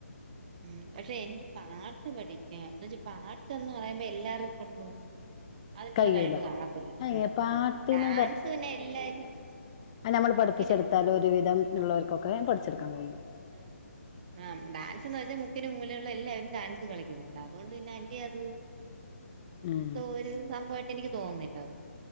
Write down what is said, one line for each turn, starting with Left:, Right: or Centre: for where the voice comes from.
Right: ഉം പക്ഷെ എനിക്ക് പാട്ട് പഠിക്കാ എന്ന് വെച്ചാ പാട്ട്ന്ന് പറയുമ്പോ എല്ലാവർക്കുംണ്ടു അതിനുള്ള
Left: കഴിയൂല
Right: കഴിവ് കാണത്തില്ല
Left: അയ്ന്
Right: ഉം
Left: പാട്ടിന്
Right: ഡാൻസ് പിന്നെ എല്ലാരും
Left: അല്ല നമ്മൾ പഠിപ്പിച്ചെടുത്താലും
Right: മുക്കിനും
Left: ഒരു വിധം ഉള്ളവർക്കൊക്കെ പഠിച്ചെടുക്കാൻ കഴിയും.
Right: ആഹ് ആ ഡാൻസ്ന്ന് വെച്ചാ മുക്കിന് മൂലേള്ള എല്ലാവരും ഡാൻസ് കളിക്കുന്നുണ്ട് അതുകൊണ്ട് പിന്നെ അല്ലേ അത്
Left: ഉം
Right: എന്തോര് സംഭവായിട്ട് എനിക്ക് തോന്ന്നില്ലത്.